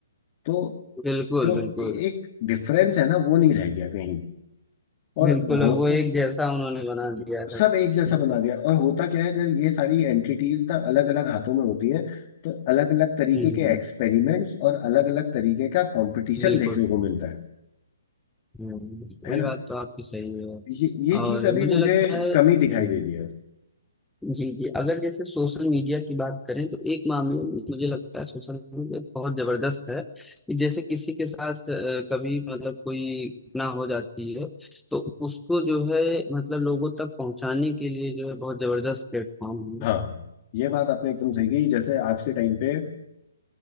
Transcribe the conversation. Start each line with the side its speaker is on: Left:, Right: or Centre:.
Left: तो
Centre: बिल्कुल,
Left: जो
Centre: बिल्कुल।
Left: ए- एक डिफरेंस है ना वो नहीं रह गया कहीं और
Centre: बिल्कुल,
Left: होता
Centre: अब वो एक जैसा उन्होंने बना दिया है सबसे
Left: सब एक
Centre: अच्छी
Left: जैसा
Centre: बात।
Left: बना दिया और होता क्या है जब ये सारी एंटिटीज ना अलग अलग हाथों में होती है तो अलग अलग तरीके
Centre: हुँ,
Left: के एक्सपेरिमेंट्स और अलग अलग तरीके का कंपटीशन
Centre: बिल्कुल।
Left: देखने को मिलता है
Centre: हुँ,
Left: है
Centre: ये
Left: ना
Centre: बात तो आपकी सही है
Left: ये ये
Centre: और
Left: चीज अभी
Centre: मुझे
Left: मुझे
Centre: लगता है
Left: कमी दिखाई
Centre: हुँ।
Left: दे रही है
Centre: जी जी अगर जैसे सोशल मीडिया की बात करें तो एक मामले में मुझे लगता है सोशल मीडिया बहुत जबरदस्त है कि जैसे किसी के साथ अ, कभी मतलब कोई घटना हो जाती है तो उसको जो है मतलब लोगों तक पहुंचाने के लिए जो है बहुत जबरदस्त प्लेटफॉर्म है
Left: हाँ ये बात आपने एकदम सही कही जैसे आज के टाइम पे अ,